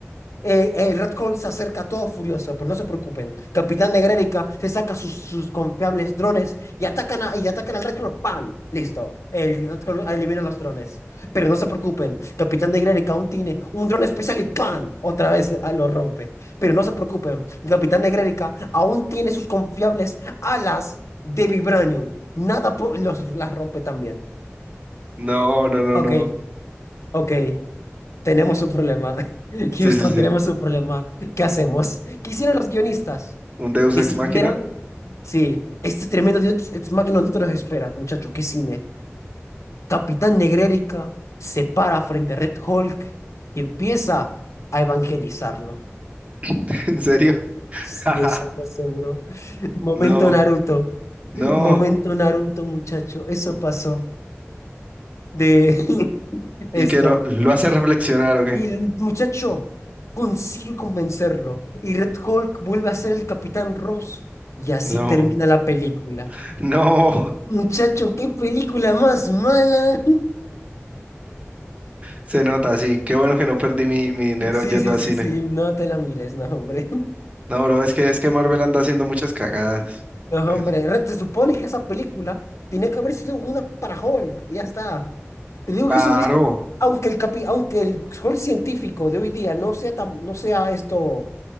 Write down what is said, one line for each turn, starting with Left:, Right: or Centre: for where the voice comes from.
Left: eh, el Red Hulk se acerca todo furioso, pero no se preocupen. Capitán Negrérica se saca sus, sus confiables drones y atacan a- y atacan al Red Hulk. ¡Bam! Listo. El Red Hulk elimina los drones. Pero no se preocupen, Capitán de Grey aún tiene un dron especial y ¡pam! Otra vez ah, lo rompe. Pero no se preocupen, Capitán de Grey aún tiene sus confiables alas de vibranium. Nada po- los, las rompe también.
Right: No, no, no,
Left: Ok,
Right: no.
Left: ok, tenemos un problema. <laughs> Houston,
Right: Sí, sí, sí.
Left: tenemos un problema. ¿Qué hacemos? ¿Qué hicieron los guionistas?
Right: ¿Un Deus
Left: Decidieron.
Right: ex máquina?
Left: Sí, este tremendo Dios Ex Machina no te los espera, muchachos, qué cine. Capitán Negrérica se para frente a Red Hulk y empieza a evangelizarlo.
Right: <laughs> ¿En serio?
Left: Sí,
Right: <laughs>
Left: eso pasó, bro. Momento
Right: No,
Left: Naruto.
Right: no.
Left: Momento Naruto, muchacho. Eso pasó de <laughs>
Right: ¿Y que lo,
Left: esto.
Right: lo hace reflexionar o qué?
Left: Y el muchacho consigue convencerlo. Y Red Hulk vuelve a ser el Capitán Ross. Y así
Right: No,
Left: termina la película.
Right: <laughs> no.
Left: Muchacho, qué película más mala. <laughs>
Right: Se nota, sí. Qué bueno que no perdí mi, mi dinero
Left: Sí,
Right: yendo
Left: sí,
Right: al
Left: sí,
Right: cine.
Left: sí. No te la mires, no, hombre.
Right: No, bro, es que, es que Marvel anda haciendo muchas cagadas.
Left: No,
Right: Ay,
Left: hombre, re- se supone que esa película tenía que haber sido una para Hulk, y ya está. Te digo
Right: Paró.
Left: que eso hubiese, aunque el capi- aunque el Hulk científico de hoy día no sea tan, no sea esto,